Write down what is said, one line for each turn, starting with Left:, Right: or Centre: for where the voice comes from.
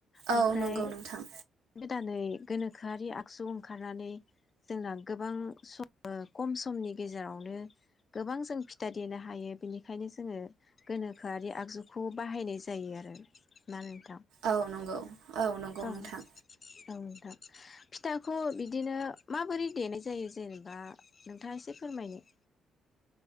Left: ओमफ्राय
Right: औ नंगौ नोंथां
Left: गोदान नै गोनोखोआरि आगजु ओंखारनानै जोंना गोबां सम खम समनि गेजेरावनो गोबां जों फिथा देनो हायो बेनिखायनो जोङो गोनोखोआरि आगजुखौ बाहायनाय जायो आरो मानो हो
Right: औ नंगौ औ नंगौ नोंथां
Left: औ नोंथां फिथाखौ बिदिनो माबोरै देनाय जायो जेनेबा नोंथाङा एसे फोरमायनो